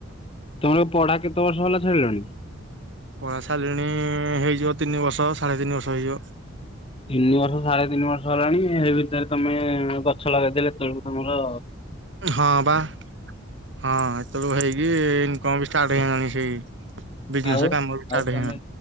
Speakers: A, on the left; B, on the right.
A: ତମର ପଢା କେତେ ବର୍ଷ ହେଲା ଛାଡ଼ିଲଣି?
B: ପଢା ଛାଡିଲିଣି, ହେଇଯିବ ତିନି ବର୍ଷ ସାଢେ ତିନି ବର୍ଷ ହେଇଯିବ।
A: ତିନି ବର୍ଷ ସାଢେ ତିନି ବର୍ଷ ହେଲାଣି, ଏ ଭିତରେ ତମେ ଗଛ ଲଗେଇଥିଲେ ଏତେବେଳକୁ ତମର
B: ହଁ ବା। ହଁ ଏତେବେଳକୁ ହେଇକି ଇନକମ୍ ବି ଷ୍ଟାର୍ଟ ହେଇଯାଆନ୍ତାଣି, ସେଇ ବିଜନେସ
A: ଆଉ
B: କାମ ବି ଷ୍ଟାର୍ଟ
A: ଆଉ ତମେ
B: ହେଇ